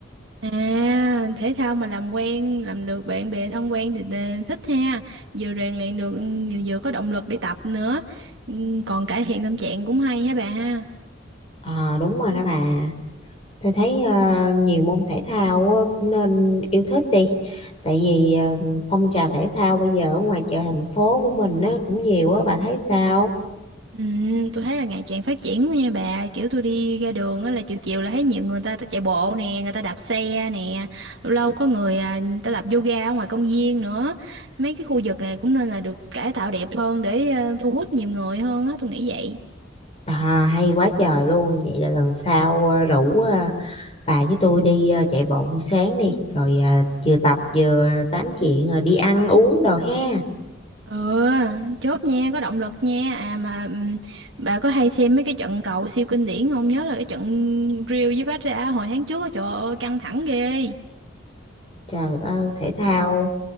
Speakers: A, on the right; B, on the left.
A: À, thể thao mà làm quen, làm được bạn bè thân quen thì ờ, thích ha. Vừa rèn luyện được, ừ, vừa có động lực để tập nữa. Ừ, Còn cải thiện tâm trạng cũng hay hả bà ha.
B: ờ đúng rồi đó bà Tôi thấy ờ, nhiều môn thể thao á, cũng nên yêu thích đi. Tại vì ờ, phong trào thể thao bây giờ ở ngoài chợ thành phố của mình á, cũng nhiều á, bà thấy sao?
A: Ừ, tôi thấy là ngày càng phát triển quá nha bà. Kiểu tôi đi ra đường á là chiều chiều là thấy nhiều người ta chạy bộ nè, người ta đạp xe nè. Lâu lâu có người à, người ta tập yoga ở ngoài công viên nữa. Mấy cái khu vực này cũng nên là được cải tạo đẹp hơn để ờ, thu hút nhiều người hơn á, tôi nghĩ vậy.
B: À, hay quá trời luôn. Vậy là lần sau ờ, rủ ờ, bà với tôi đi ờ, chạy bộ buổi sáng đi. Rồi ờ, vừa tập vừa tám chuyện rồi đi ăn uống đồ ha.
A: Ừ, chốt nha, có động lực nha. À mà ừm, bà có hay xem mấy cái trận cầu siêu kinh điển không? Nhớ là cái trận Real với Barca hồi tháng trước á, trời ơi, căng thẳng ghê.
B: Trời ơi, thể thao